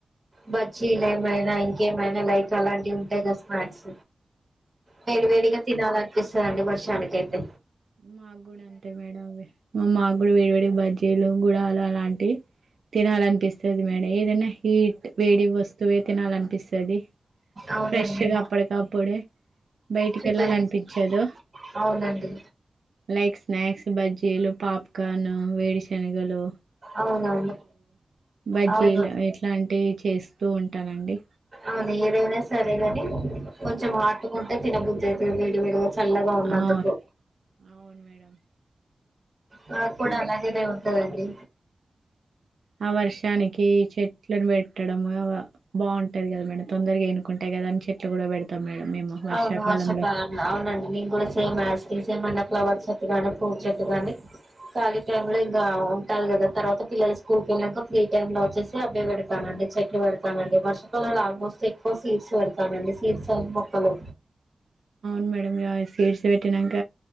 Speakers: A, on the right (about 30°); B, on the right (about 80°).
A: బ చిల ఏమైనా ఇంకేమైనా లైక్ అలాంటివి ఉంటాయి కదా స్నా క్స్ వేడివేడిగా తినాలనిపిస్తధండి వర్షానికి అయితే
B: మగుగుడు అంత మేడంవే మా మగుూడు వేడివేడిగ బజ్ీ ఈ లుంగు డా అలా లాంటి తినాలనిపిస్తది మేడం ఏదైనా హీట్ వేడి వస్తువే తినాలనిపిస్తది
A: అవునండి
B: ఫ్రెష్గా అప్పడి కప్పుడే బయటికి
A: ప్రిపేర్
B: వెళ్లాలనిపిచదు
A: చేసు అవునండి
B: లైక్ స్నాక్స్ బజ్జీలు పాప్కార్న్ వేడిశనలు
A: అవునవును
B: బజ్జీలు
A: అవును
B: ఇట్లాంటివి చేస్తూ ఉంటానండి
A: అవును ఎదైనా సరేగాని కొంచెం హాట్ గుంటే తినబుద్దు అవుతుది వేడి వేడి చల్లగా ఉన్నందుకు
B: అవును అవును మేడం
A: నాకు కూడా అలాగేనే ఉంటదండి
B: ఆ వర్షానికి చెట్లను పెట్టడం బాగుంటది కదా మేడం తొందరగా ఏనుకుంటే కదా అని చెట్లు కూడా పెడతాం మేడం మేము వర్షాకాలంలో
A: అవును వర్షప అవునండి నేమ్ కూడా సేమ్ యాస్ టీజ్ ఏమన్నా ఫ్లవర్స్ చెట్టు గాని ఫ్రూట్స్ చెట్టు గాని ఖాళీ టైమ్ లో ఇంకా ఉంటాలి కదా తర్వాత పిల్లలు స్కూల్ వెళ్ళాక ఫ్రీ టైమ్ లో వచ్చేసి అబ్బయి పెడతాను చెట్లు పెడతామండి వర్షకళంలో ఆల్మోస్ట్ ఎక్కువ సీడ్స్ పెడతామండి సీడ్స్ హాలో
B: అవును మేడం ఇంగ సీడ్స్ పెట్టినాక